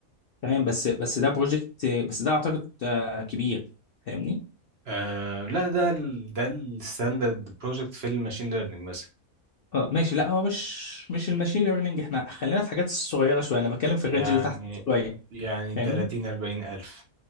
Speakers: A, on the left; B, on the right.
A: تمام بس بس ده بروجكت بس ده اعتقد آه كبير فاهمني
B: آه لا ده ال ده الستاندرد بروجكت في الماشين ليرنينج مثلا
A: اه ماشي لا هو مش مش الماشين ليرنينج احنا خلينا في حاجات صغيره شويه انا بتكلم في
B: يعني
A: الرينج اللي تحت شويه
B: يعني
A: فاهمني؟
B: 30 40 الف